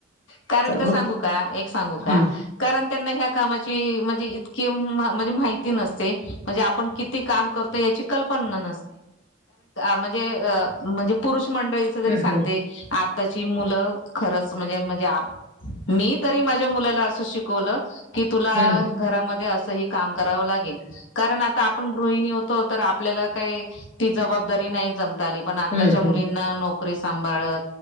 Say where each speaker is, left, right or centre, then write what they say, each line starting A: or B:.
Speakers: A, on the left (about 85°); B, on the left (about 35°).
A: कारण का सांगू
B: मग
A: का एक सांगू
B: हम्म
A: का कारण त्यांना ह कामाचे म्हणजे इतके माहिती नसते म्हणजे आपण किती काम करतो क ण म्हण मंडळीच जरी
B: हम्म
A: सांगते
B: हम्म
A: आताची मुलं खरच म्हणजे म्हणजे मी तरी माझ्या मुलाला असं शिकवलं कि तुला
B: हम्म
A: घरामध्ये अस काम करावं लागेल कारण आता आपण गृहिणी होतो आपल्याला काय ती जबाबदारी नाही पण आताच्या
B: हम्म
A: मुलींना
B: हम्म
A: नोकरी सांभाळत,